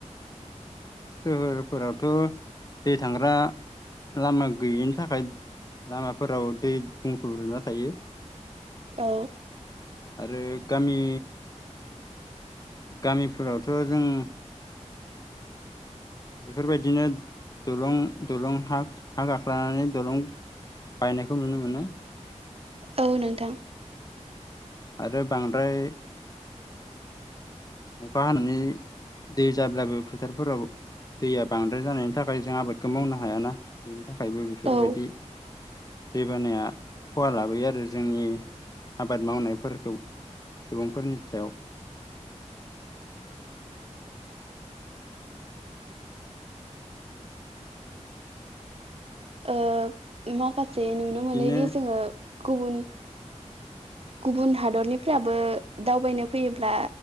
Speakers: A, on the left (about 30°); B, on the right (about 55°).
A: सोहोरफोरावथ' दै थांग्रा लामा गैयिनि थाखाय लामाफोराव दै बुंफबजोबना थायो।
B: औ
A: आरो गामि गामिफोरावथ' जों बेफोरबायदिनो दलं दलं हा हा गाख्लानानै दलं बायनायखौ नुनो मोनो।
B: औ नोंथां।
A: आरो बांद्राय अखा हानानै दै जाब्लाबो फोथारफोराव दैया बांद्राय जानायनि थाखाय जों आबादखौ मावनो हायाना खायबो बेफोरबायदि
B: औ
A: दैबानाया खहा लाबोयो आरो जोंनि आबाद मावनायफोरखौ सुबुंफोरनि सायाव।
B: ओ मा। खासे नुनो
A: बिदिनो
B: मोनोदि जोङो। गुबुन गुबुन हादरनिफ्राबो दावबायनो फैयोब्ला